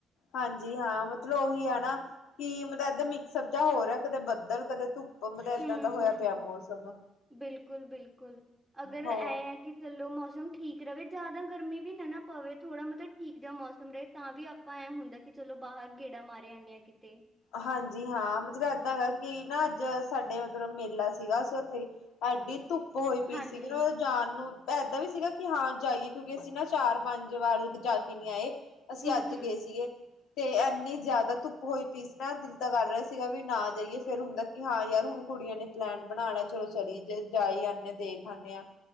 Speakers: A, on the left; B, in the centre.
A: ਹਾਂਜੀ ਹਾਂ ਮਤਲਬ ਉਹੀ ਹੈ ਨਾ ਕਿ ਮਤਲਬ ਐਦਾ ਮਿਕਸ ਸਬਜ਼ਾ ਹੋਰ ਹੈ ਕਦੇ ਬੱਦਲ ਕਦੇ ਧੁੱਪ ਮਤਲਬ
B: ਹੂੰ-ਹੂੰ,
A: ਏਦਾਂ ਦਾ ਹੋਇਆ ਪਿਆ ਮੌਸਮ।
B: ਬਿਲਕੁਲ ਬਿਲਕੁਲ ਅਗਰ
A: ਹੋ
B: ਐ ਆ ਕਿ ਚਲੋ ਮੌਸਮ ਠੀਕ ਕਿ ਰਵੇ ਜਿਆਦਾ ਗਰਮੀ ਵੀ ਨਾ ਨਾ ਪਵੇ ਥੋੜਾ ਮਤਲਬ ਠੀਕ ਜ ਮੌਸਮ ਰਹੇ ਤਾਂ ਵੀ ਆਪਾਂ ਐਂ ਹੁੰਦਾ ਕਿ ਚਲੋ ਬਾਹਰ ਗੇੜਾ ਮਾਰੇ ਆਨੇ ਆ ਕਿਤੇ
A: ਹਾਂਜੀ ਹਾਂ ਮਤਲਬ ਏਦਾਂ ਹੈਗਾ, ਕਿ ਨਾ ਅੱਜ ਸਾਡੇ ਮਤਲਬ ਮੇਲਾ ਸੀਗਾ ਅਸੀਂ ਉੱਥੇ ਐਡੀ ਧੁੱਪ ਹੋਈ ਪਈ
B: ਹਾਂਜੀ
A: ਸੀ ਗੀ ਨਾ ਉਥੇ ਜਾਨ ਨੂੰ ਇਦਾਂ ਵੀ ਸੀਗਾ ਕਿ ਹਾਂ ਜਾਈਏ ਕਿਉਂਕਿ ਅਸੀਂ ਨਾ ਚਾਰ ਪੰਜ ਵਾਰ ਜਾ ਕੇ ਨੀ ਆਏ। ਅਸੀਂ
B: ਹੂੰ
A: ਅੱਜ
B: ਹੂੰ
A: ਗਏ ਸੀਗੇ ਤੇ ਇੰਨੀ ਜਿਆਦਾ ਧੁੱਪ ਹੋਈ ਪੀਸੀ ਨਾ, ਪਹਿਲਾ ਨਾ ਦਿਲ ਤਾਂ ਕਰ ਰਿਹਾ ਸੀਗਾ ਵੀ ਨਾ ਜਾਈਏ ਫੇਰ ਹੁੰਦਾ ਕਿ ਹਾਂ ਯਾਰ ਹੁਣ ਕੁੜੀਆਂ ਨੇ ਪਲੈਨ ਬਣਾ ਲਿਆ ਚਲੋ ਚਲੀ ਜਾਈਏ ਜਾਈ ਆਨੇ ਆ ਦੇਖ ਆਨੇ ਆ।